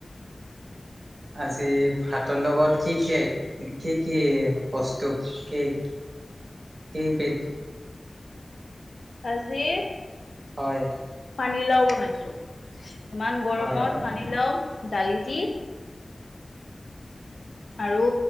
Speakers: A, on the right; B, on the left.
A: আজি ভাতৰ লগত কি কি কি কি বস্তু। কি কেই বেগ
B: আজি
A: হয়।
B: পানীলাও বনাইছো। ইমান গৰমত
A: হয় হয়
B: পানীলাও দালি দি আৰু